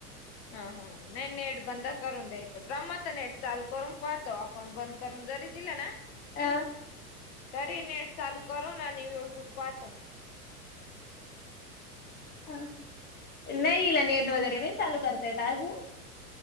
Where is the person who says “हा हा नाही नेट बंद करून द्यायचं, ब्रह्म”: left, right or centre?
Left